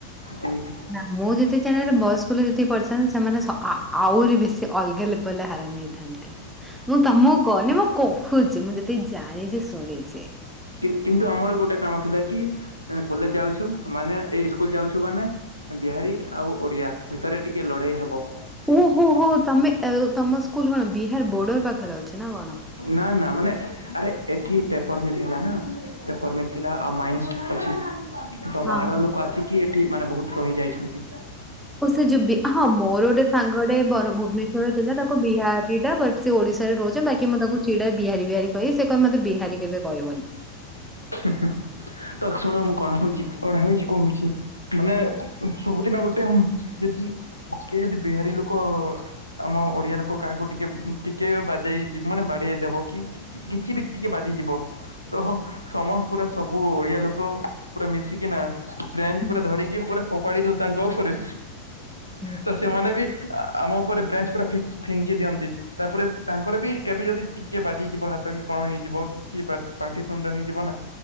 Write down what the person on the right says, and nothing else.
ଯେମ୍ତି
କିନ୍ତୁ ଆମର ଗୋଟେ କାମ ଥିଲା କି କଲେଜ ଯାଉଛୁ ମାନେ ଏଇ ଇସ୍କୁଲ ଯାଉଛୁ ମାନେ ବିହାରୀ ଆଉ ଓଡିଆ ଭିତରେ ଟିକେ ଲଢେଇ ହବ।
ନା ନା ମାନେ ଆରେ ଏଠି ପେପର ମିଳିଥିଲା ନା। ପେପର ମିଥିଲା ଆଉ ମାଇନ୍ସ ଅଛି। ତ
ବାହାର ଲୋକ ଆସିକି ଏଠି ମାନେ ବହୁତ୍ ରହି ଯାଇଛନ୍ତି।
ହୁଁ-ହୁଁ ତ ଶୁଣ ମୁଁ କଣ ହଉଚି, କଣ ହେଇଚି କହୁଚି ମାନେ
ସବୁଦିନ ଗୋଟେ ଯଦି କିଏ ଯଦି ବିହାରୀ ଲୋକ ଆମ ଓଡିଆ ଲୋକ କାହାକୁ ଟିକେ-ଟିକେ ବାଜେଇ ମାନେ ବାଡେଇ ଦବ କି? କିଛି ବି ଟିକେ ବାଜିଯିବ ତ ସମ ପୁରା ସବୁ ଓଡିଆ ଲୋକ ପୁରା ମିଶିକିନା <unintelligible>
ପୁରା ଧରିକି ପୁରା ଫୋପାଡି ଦଉ ତାଙ୍କ ଉପରେ
ତ ସେମାନେ ବି ଆମ ଉପରେ ବ୍ରାଞ୍ଚ ପୁରା ଫି ଫିଙ୍କି ଦିଅନ୍ତି। ତାପରେ ତାଙ୍କର ବି କେବେ ଯଦି ଟିକେ ବାଜିଯିବ ହାତ କି କଣ ହେଇଯିବ କିଛି ବା ପାଟିିତୁଣ୍ଡ ହେଇଯିବ ନା,